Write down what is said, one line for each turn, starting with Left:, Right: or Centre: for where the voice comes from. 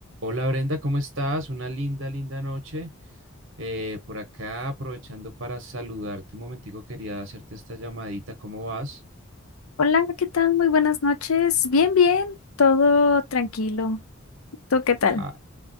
Right: Hola Brenda, ¿cómo estás? Una linda, linda noche. Eh, por acá, aprovechando para saludarte un momentico, quería hacerte esta llamadita. ¿Cómo vas?
Left: Hola, ¿qué tal? Muy buenas noches. Bien, bien, todo tranquilo. ¿Tú qué tal?
Right: Ah,